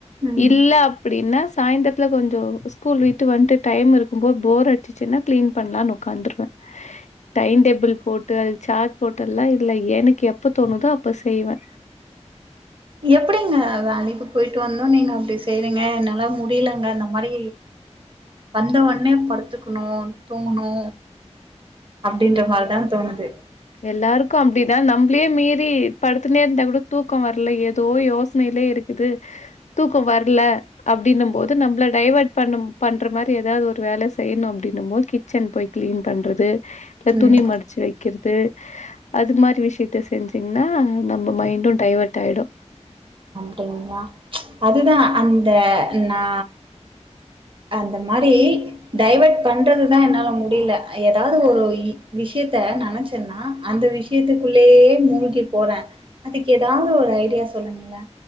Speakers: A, on the right; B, on the left.
A: ம்.
B: இல்ல எப்டின்னா சாய்ந்திரத்தில கொஞ்சோ ஸ்கூல் விட்டு வந்துட்டு டைம் இருக்கும்போது போர் அடிச்சுச்சுன்னா க்ளீன் பண்ணலானு உக்காந்துருவே டைம் டேபிள் போட்டு அதுக்கு சாட் போட்டெல்லா இல்ல எனக்கு எப்ப தோணுதோ அப்ப செய்வே
A: எப்டிங்க வேலக்கு போயிட்டு வந்து நீங்க அப்டி செய்றீங்க என்னால்ல முடியலங்க ந அந்த மாரி வந்தவுடனே படுத்துக்கணு தூங்கணு அப்டின்ற மாரிதா தோணுது
B: எல்லாருக்கு அப்டிதா நம்ளே மீறி படுத்து நே இருந்தா கூட தூக்க வர்ல ஏதோ யோச னேயிலே இருக்குது தூக்க வர்ல அப்டின்கபோது நம்ப்ள டைவர்ட் பண்ணு பண்ற மாரி எதாது ஒரு வேல செய்யணு அப்படின்போது கிச்சன் போய் கிளீன் பண்றது இல்ல
A: ம்
B: துணி மடிச்சு வை க்கிறது அது மாரி விஷயத்த செஞ்சீங்கன்னா நம்ம மைண்டு டைவர்ட் ஆயிடு
A: அப்டிங்களா அதுதா அந்த நா அந்த மாரி டைவர்ட் பண்றதுதா என்னால முடியில எதாது ஒரு விஷ்யத்த நெனச்சன்னா அந்த விஷயத்துக்குள்ளேயே மூழ்கி போறே அதுக்கு எதாவது ஒரு ஐடியா சொல்லுங்ளே